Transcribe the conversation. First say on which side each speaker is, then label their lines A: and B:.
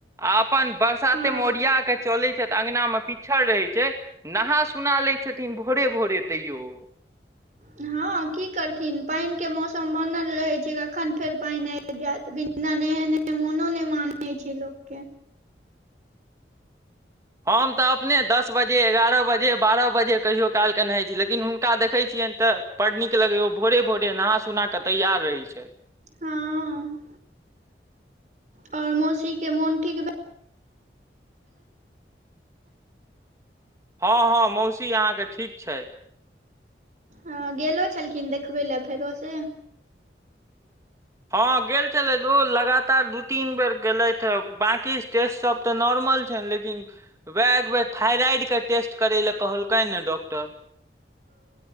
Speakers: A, on the right; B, on the right.
A: आ अपन बरसाते
B: हँ
A: मे ओरिया के चले छैथ अंगना में पी छर रहै छै नहा सुना लै छथिन भोरे भोरे तैयो ओ।
B: हँ की करथिन पानि के मौसम बनल रहे छै कखन फेर पानि आय बि जायत, बिना नेहेने मोनो नहि मानै छै लोक के।
A: हम त अपने दस बजे, एगारह बजे, बारह बजे कहियो कालके नहाइत छी, लेकिन हुनका देखै छियनि त बड नीक लगैये ओ भोरे भोरे नहा सुना क तैयार रहै छथि।
B: हँ आओर मौसी के मोन ठीक भेलनि
A: हँ हँ मौसी अहाँके ठीक छथि।
B: हँ गेलो छलखिन देखबै लए फेरो से।
A: हँ गेल छलथि ओ लगातार दू तीन बेर गेलथि हें, बांकी ई टेस्ट सब त नॉर्मल छैन, लेकिन वैह एकबेर थाइराइड के टेस्ट करै ले कहलकैन हें डॉक्टर।